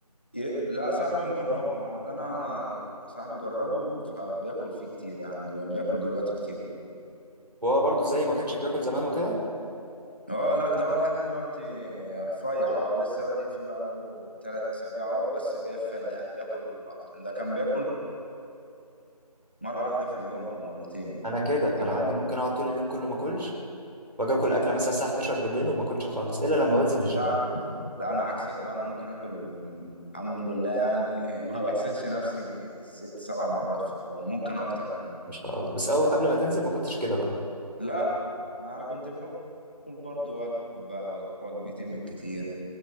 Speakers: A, on the left (about 15°); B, on the right (about 80°).
A: ي- لا صاحبي مجربه انا اللي انا أنا صاحبي جربه فبياكل فيه كتير يعني بياكل دلوقتي كتير منه
B: وهو برضو زي ما كانش بياكل زمان وكده
A: اه لا ده هو لحد دلوقتي رفيع هو لسه بادئ فيه بقاله تلات اسابيع اهو بس جايب فايدة يعني بياكل اكتر ده كان بياكل مرة واحدة في اليوم او مرتين
B: انا كده
A: كتير
B: انا عندي
A: اوي
B: ممكن اقعد طول اليوم كله ما اكلش واجي اكل اكله مثلا الساعه 11 بالليل وما اكلش خالص الا لما بنزل الجيم
A: لا لا انا عكسك بقى انا ممكن اكل الحمد لله يعني ما بحسدش نفسي ست سبع مرات في اليوم ممكن اكتر كمان
B: ما شاء الله بس أو قبل ما تنزل ما كنتش كده بقى
A: لا انا كنت باكل برضو وجبه وج- وجبتين بالكتير